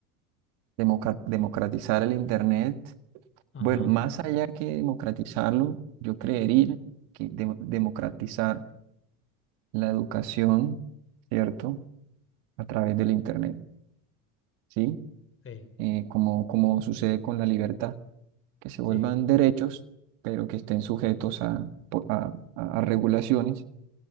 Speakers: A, on the right; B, on the left.
A: democa- democratizar el Internet.
B: Ajá,
A: Bueno, más allá que democratizarlo, yo creería que de- democratizar la educación, ¿cierto? A través del Internet, ¿sí?
B: sí,
A: eh, como, como sucede con la libertad, que se vuelvan
B: sí,
A: derechos, pero que estén sujetos a, po- a- a- a regulaciones